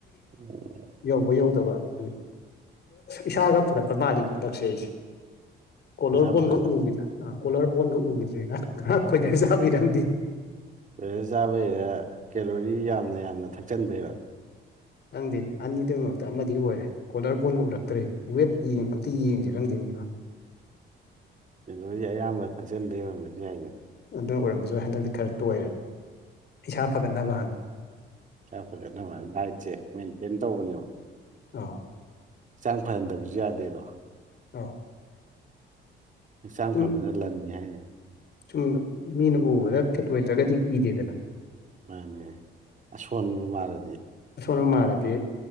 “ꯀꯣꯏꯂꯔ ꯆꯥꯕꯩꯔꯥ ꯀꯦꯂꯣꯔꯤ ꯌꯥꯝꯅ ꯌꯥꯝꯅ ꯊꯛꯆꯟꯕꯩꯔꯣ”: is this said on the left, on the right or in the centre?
Right